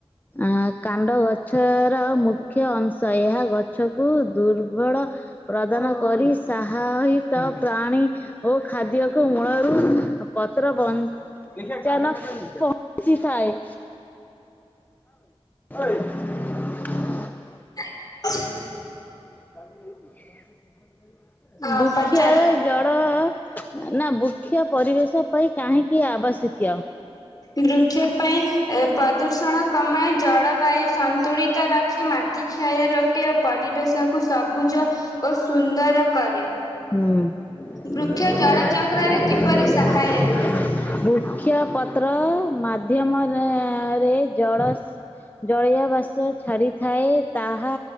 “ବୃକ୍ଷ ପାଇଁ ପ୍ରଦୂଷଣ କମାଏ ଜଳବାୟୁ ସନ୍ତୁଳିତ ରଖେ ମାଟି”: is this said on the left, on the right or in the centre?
Left